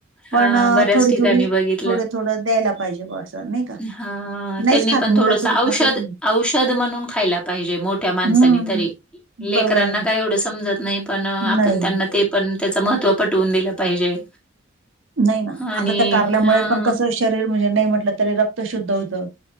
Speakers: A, on the right; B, in the centre.
A: पण
B: हां, बऱ्याच
A: थोडी-
B: ठिकाणी
A: थोडी,
B: बघितलं.
A: थोड -थोडं द्यायला पाहिजे ब असं नाही का?
B: हां,
A: नाहीच
B: त्यांनी
A: खात
B: पण
A: मुलं
B: थोडंसं
A: तर
B: औषध
A: खातच नाही
B: औषध म्हणून खायला पाहिजे मोठ्या माणसानी
A: हम्म
B: तरी. लेकरांना
A: बरोबर आहे ना
B: काय एवढं समजत नाही, पण अ आपण
A: नाही
B: त्यांना ते पण त्याचं महत्त्व पटवून दिलं पाहिजे.
A: नाही ना,
B: आणि
A: आता त्या कारल्यामुळे
B: हां,
A: पण कसं श शरीर म्हणजे नाही म्हटलं तरी रक्त शुद्ध होतं,